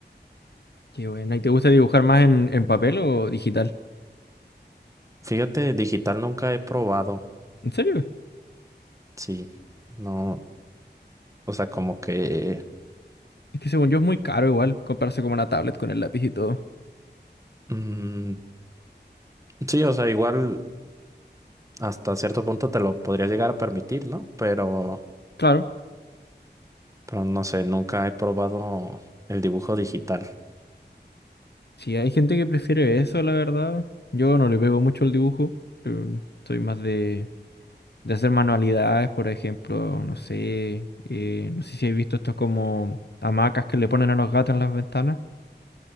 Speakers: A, on the left (about 65°); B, on the right (about 15°).
A: qué bueno. ¿Y te gusta dibujar más en, en papel o digital?
B: Fíjate, digital nunca he probado,
A: ¿En serio?
B: sí, no, o sea, como que,
A: Es que según yo es muy caro igual comprarse como una tablet con el lápiz y todo.
B: mm, sí, o sea, igual hasta cierto punto te lo podría llegar a permitir, ¿no? Pero,
A: Claro.
B: pero no sé, nunca he probado el dibujo digital.
A: Si hay gente que prefiere eso, la verdad. Yo no le pego mucho el dibujo. pero Soy más de, de hacer manualidades, por ejemplo, no sé. eh, no sé si habéis visto estos como hamacas que le ponen a los gatos en las ventanas,